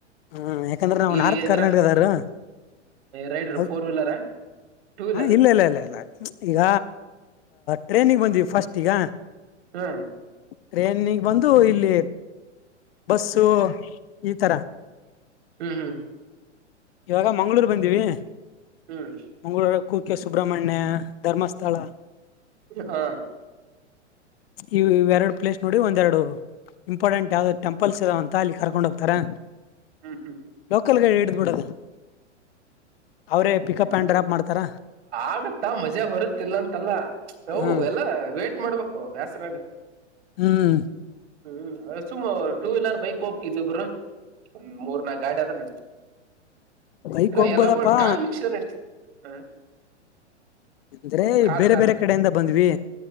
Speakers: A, on the left; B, on the right.
A: ಹ್ಮ್ ಯಾಕಂದ್ರೆ ನಾವು
B: ಈ
A: ನಾರ್ತ್
B: ಇದ್ರ
A: ಕರ್ನಾಟಕದವರು
B: ರೈಡ್ರ
A: ಹ
B: ಫೋರ್ ವೀಲರಾ ಟೂ ವೀಲರ್
A: ಇಲ್ಲ ಇಲ್ಲ ಇಲ್ಲ ಇಲ್ಲ ಈಗ. ಟ್ರೈನಿಗೆ ಬಂದೀವಿ ಫಸ್ಟ ಈಗ.
B: ಹ್ಮ್.
A: ಟ್ರೈನ್ಗೆ ಬಂದು ಇಲ್ಲಿ ಬಸ್ಸು ಈ ತರ.
B: ಹ್ಮ್ ಹ್ಮ್
A: ಇವಾಗ ಮಂಗ್ಗಳೂರ್ ಬಂದಿವಿ.
B: ಹ್ಮ್
A: ಮಂಗಳೂರು. ಕುಕ್ಕೆ ಸುಬ್ರಮಣ್ಯ. ಧರ್ಮಸ್ಥಳ.
B: ಹ
A: ಇವು ಎರಡು ಪ್ಲೇಸ್ ನೋಡಿ ಒಂದುರೆಡು ಇಂಪಾರ್ಟೆಂಟ್ ಯಾವ್ದೋ ಟೆಂಪಲ್ಸ್ ಇದಾವೆ ಅಂತ ಅಲ್ಲಿ ಕರ್ಕೊಂಡ್ ಹೋಗ್ತಾರೆ.
B: ಹ್ಮ್ ಹ್ಮ್
A: ಲೋಕಲ್ ಗೈಡು. ಬಿಡೋದು ಅವ್ರೇ ಪಿಕಪ್
B: ಅಂದ್ರ
A: ಅಂಡ್ ಡ್ರಾಪ್ ಮಾಡ್ತಾರ
B: ಆಗತ್ತ ಮಜಾ ಬರುತ್ತ ಇಲ್ಲ ಅಂತಲ್ಲ ನಾವು
A: ಹ್ಮ್
B: ಎಲ್ಲ ವೇಟ್ ಮಾಡ್ಬೇಕು. ಓ ಬ್ಯಾಸರ.
A: ಹ್ಮ್.
B: ಹ್ಮ್ ಸುಮ್ ಟೂ ವೀಲರ್ ಬೈಕ್ ಹೋಗಬೇಕು ಇಬ್ಬೀಬ್ರು ಒಂದ್ ಮೂರ್ ನಾಲ್ಕ ಗಾಡಿ ಆದರೆ ನಡೀತಿತ್ತು.
A: ಬೈಕ್
B: ಇಲ್ಲೋ
A: ಹೋಗ್ಬೋದಪ್ಪಾ
B: ಎಲ್ಲ ಬೋರ್ಡ್ ಕಾರ್ ಮುಗಸಿದ್ರ ನಡ್ತಿ. ಹ
A: ಅಂದ್ರೆ
B: ಕಾರ್
A: ಬೇರೆ
B: ಕಾರ್
A: ಬೇರೆ ಕಡೆಯಿಂದ ಬಂದ್ವಿ.